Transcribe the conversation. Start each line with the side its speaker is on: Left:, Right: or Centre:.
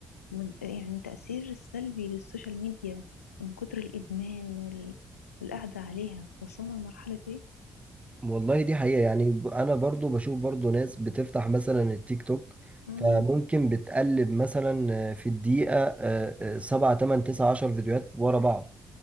Left: مد- يعني تأثير السلبي للسوشيال ميديا من كتر الإدمان وال... والقعدة عليها وصلنا لمرحلة إيه؟
Right: والله دي حقيقة يعني ب- أنا برضو بشوف برضو ناس بتفتح مثلا التيك توك
Left: مم.
Right: فممكن بتقلب مثلا آه، في الدقيقة آه، آه، سبعة تمن تسعة عشر فيديوهات ورا بعض